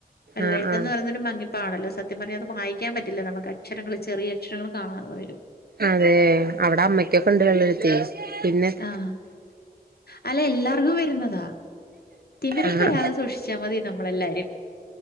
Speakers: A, on the left; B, on the right.
A: വെള്ളയെഴുത്ത്
B: ആഹ് ആഹ്
A: എന്ന് പറയുന്നത് ഒരു മങ്ങിപ്പ് - പ്പാണല്ലോ സത്യം പറഞ്ഞാ അത് വായിക്കാൻ പറ്റില്ല നമുക്ക് അക്ഷരങ്ങള് ചെറിയ അക്ഷരങ്ങള് കാണാതെ വരും
B: അതെ അവിടെ അമ്മക്കൊക്കെ ഉണ്ടായിരുന്നെ വെള്ളയെഴുത്തെ പിന്നെ-
A: ആഹ് അല്ല എല്ലാർക്കും വരുന്നതാ. തിമരം
B: ആഹ്
A: വരാതെ സൂക്ഷിച്ചാ മതി നമ്മളെല്ലാരും